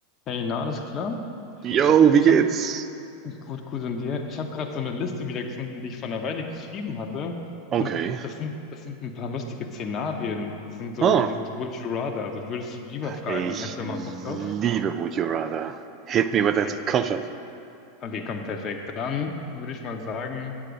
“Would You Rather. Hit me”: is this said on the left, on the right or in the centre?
Right